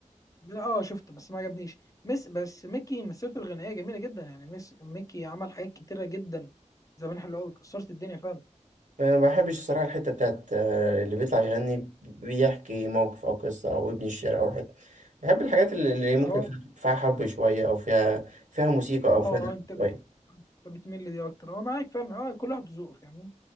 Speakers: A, on the left (about 25°); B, on the right (about 80°).
A: من اه شفته بس ما عجبنيش مس بس ميكي مسيرته الغنائيه جميله جدا يعني مس ميكي عمل حاجات كتيره جدا زمان حلوه قوي كسرت الدنيا فعلا
B: انا ما بحبش الصراحه الحته بتاعت آه، اللي بيطلع يغني بيحكي موقف او قصه او ابن الشعر او حته بحب الحاجات اللي اللي ممكن
A: اه
B: فيها فيها حب شويه او فيها فيها موسيقى او
A: اه
B: فيها لحن
A: انت بت...
B: شويه
A: أنت بتميل لدي اكتر اه معاك فعلا اه كل واحد ذوقه فاهمني